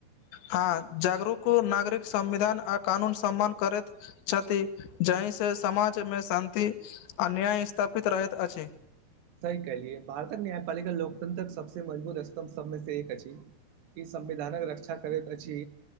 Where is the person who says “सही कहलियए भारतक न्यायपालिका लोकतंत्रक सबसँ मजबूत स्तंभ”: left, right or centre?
Right